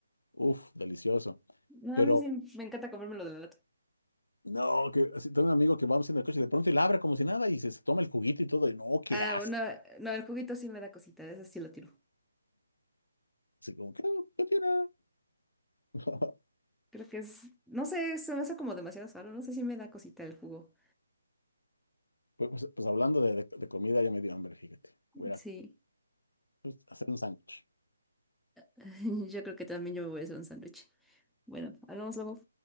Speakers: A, on the left; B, in the centre.
A: uff, delicioso.
B: No,
A: Pero,
B: a mí sí me encanta comérmelo de la lata.
A: no, que así, tengo un amigo que vamos en el coche y de pronto él abre como si nada y se, se toma el juguito y todo, y no, qué
B: Ah,
A: asco.
B: no, no, el juguito sí me da cosita, ese sí lo tiro.
A: Así como, ¿qué, qué tiene? <laughs>
B: Creo que es, no sé, se me hace como demasiado sano, no sé si me da cosita el jugo.
A: Pues, pues, pues hablando de, de- de comida, ya me dio hambre, fíjate. Voy a
B: Sí,
A: ir a, pues, hacer un sándwich.
B: <laughs> yo creo que también yo me voy a hacer un sándwich. Bueno, hablamos luego.